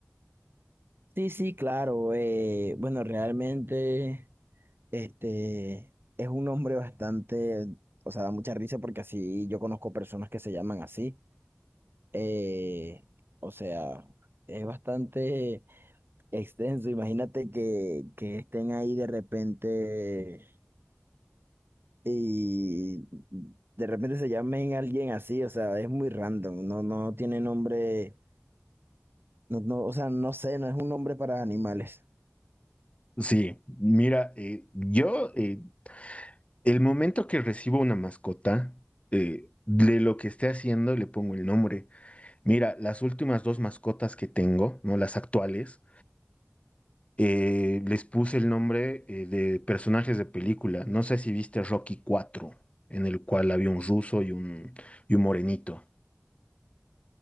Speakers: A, on the right (about 50°); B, on the left (about 25°).
A: sí, sí, claro. eh, bueno, realmente. Este es un nombre bastante, o sea, da mucha risa porque así yo conozco personas que se llaman así. Eh, o sea, es bastante extenso. Imagínate que, que estén ahí de repente y de repente se llamen alguien así, o sea, es muy random. No, no tiene nombre, no, no, o sea, no sé, no es un nombre para animales.
B: Sí, mira, eh, yo eh, el momento que recibo una mascota, eh, de lo que esté haciendo le pongo el nombre. Mira, las últimas dos mascotas que tengo, ¿no? Las actuales, eh, les puse el nombre eh, de personajes de película. No sé si viste Rocky 4, en el cual había un ruso y un, y un morenito.